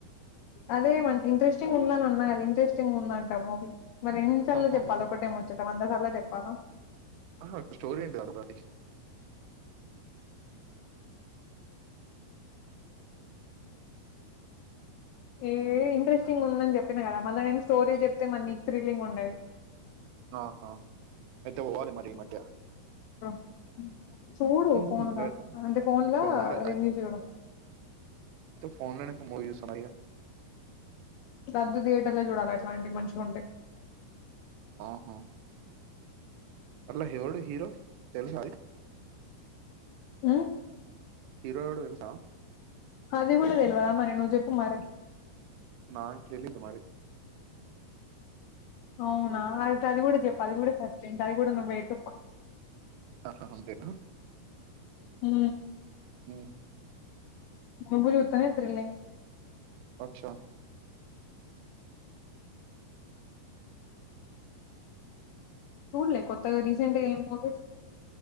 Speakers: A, on the left; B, on the right.
A: అదే మ ఇంట్రెస్టింగ్ ఉందని అన్న కదా ఇంట్రెస్టింగ్ ఉందంట మూవీ మరిన్ని సార్లు
B: అవునా
A: చెప్పాలి ఒకటేం వచ్చట వంద సార్లు చెప్ప క
B: ఆ స్టోరీ ఉంటడు దడి
A: ఏ ఇంట్రెస్టింగ్ ఉందని చెప్పిన కదా మళ్ళా నేను స్టోరీ చెప్తే మళ్ళీ థ్రిల్లింగ్ ఉండది
B: ఆహా అయితే పోవాలి మరి ఈ మధ్య
A: అ చూడు
B: ఉమ్,
A: ఫోన్లా అంటే ఫోన్లా
B: ఫోన్ లో
A: రివ్యూ చూడు
B: ఫోన్లో మూవీ చూస్తానా ఇగ
A: పెద్దు థియేటర్ లో చూడాలి అట్లాంటివి మంచిగా ఉంటాయి
B: ఆహా అలా హోడు హీరో తెలుస అయి
A: ఆ
B: హీరో ఎవడో తెలుసా
A: అది కూడా తెలువద మరి ను మరి
B: నాకు తేలేదు మరి
A: అవునా అది కూడా చెప్పు అది కూడా ఫస్త ఏంటి అది కూడా నువ్వే ఎత్తుకొ
B: అంతిన
A: ఆ
B: ఉ
A: <inaudible>
B: అచ్చా
A: చూడలే కొత్తగా రీసెంట్గా ఏం మూవీస్